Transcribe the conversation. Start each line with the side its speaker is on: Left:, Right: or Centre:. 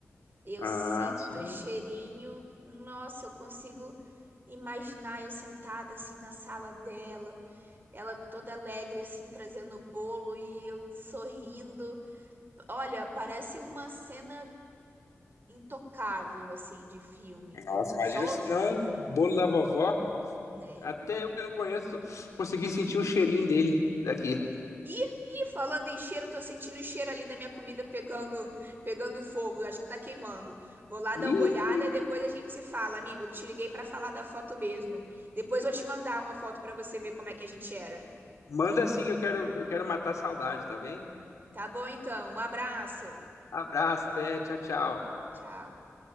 Right: Eu
Left: Ah,
Right: sinto
Left: sim.
Right: o cheirinho, nossa, eu consigo imaginar eu sentada assim na sala dela, ela toda alegre assim trazendo o bolo e eu sorrindo. Olha, parece uma cena intocável, assim, de filme, de
Left: Nossa, imagina
Right: só,
Left: se não, bolo da vovó.
Right: né?
Left: Até eu que não conheço, consegui sentir o cheirinho dele daqui.
Right: E, e falando em cheiro, tô sentindo o cheiro ali da minha comida pegando, pegando fogo. Acho que tá queimando. Vou lá
Left: Ih,
Right: dar uma olhada e depois a gente se fala, amigo. Te liguei pra falar da foto mesmo. Depois vou te mandar uma foto pra você ver como é que a gente era.
Left: manda assim que eu quero, eu quero matar a saudade, tá bem?
Right: Tá bom, então. Um abraço.
Left: Abraço, até, tchau, tchau.
Right: Tchau.